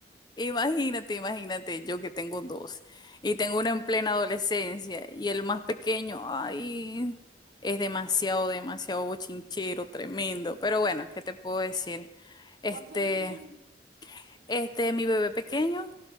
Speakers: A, on the left (about 25°); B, on the right (about 60°).
A: Imagínate, imagínate, yo que tengo dos y tengo uno en plena adolescencia y el más pequeño, ay, es demasiado, demasiado bochinchero, tremendo. Pero bueno, ¿qué te puedo decir? Este,
B: ¿Cuántos años tienen?
A: este, mi bebé pequeño